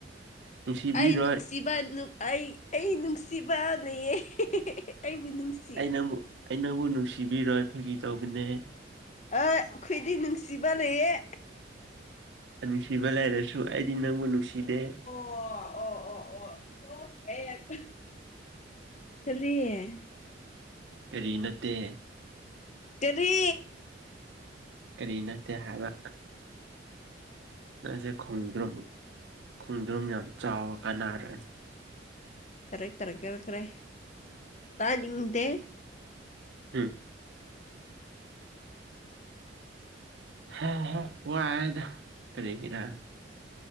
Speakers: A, on the right; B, on the left.
A: ꯅꯨꯡꯁꯤꯕꯤꯔꯣꯏ
B: ꯑꯩ ꯅꯨꯡꯁꯤ ꯁꯤꯕ ꯅꯨ ꯑꯩ ꯑꯩ ꯅꯨꯡꯁꯤꯕ ꯂꯩꯌꯦ ꯑꯩꯕꯨ ꯅꯨꯡꯁꯤ
A: ꯑꯩ ꯅꯪꯕꯨ ꯑꯩ ꯅꯪꯕꯨ ꯅꯨꯡꯁꯤꯕꯤꯔꯣꯏ ꯐꯥꯒꯤ ꯇꯧꯕꯅꯦ
B: ꯑ ꯑꯣꯏꯗꯤ ꯅꯨꯡꯁꯤꯕ ꯂꯩꯌꯦ
A: ꯅꯨꯡꯁꯤꯕ ꯂꯩꯔꯁꯨ ꯑꯩꯗꯤ ꯅꯪꯕꯨ ꯅꯨꯡꯁꯤꯗꯦ
B: ꯑꯣ ꯑꯣ ꯑꯣ ꯑꯣ ꯁꯣ ꯁꯦꯗ ꯀꯔꯤ
A: ꯀꯔꯤ ꯅꯠꯇꯦ
B: ꯀꯔꯤ
A: ꯀꯔꯤ ꯅꯠꯇꯦ ꯍꯥꯏꯕ ꯅꯪꯁꯦ ꯈꯣꯡꯗ꯭ꯔꯨꯝ ꯈꯣꯡꯗ꯭ꯔꯨꯝ ꯌꯥꯝ ꯆꯥꯎꯕ ꯀꯥꯟꯅꯔꯦ
B: ꯀꯔꯦ ꯀꯔꯛ ꯀꯔꯛꯈꯀꯔꯦ ꯇꯥꯅꯤꯡꯗꯦ
A: ꯎꯝ ꯍꯍ ꯋꯥꯔꯦꯗ ꯀꯔꯤꯒꯤꯔ